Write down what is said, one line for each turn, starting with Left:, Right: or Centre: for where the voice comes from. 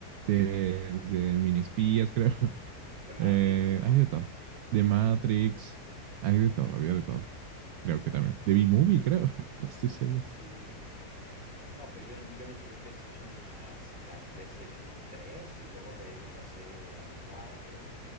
Right: de, de mini espías, creo. <laughs>
Centre: De Matrix,
Right: Eh,
Centre: ¿no?
Right: hay de todo. De Matrix, hay de todo, había de todo. Creo
Centre: Ay,
Right: que también. De B-Movie, creo. <laughs> No estoy seguro.
Centre: sí. No, pues yo, yo no tuve PlayStation hasta el PlayStation 3 y luego de ahí me pasé al cuatro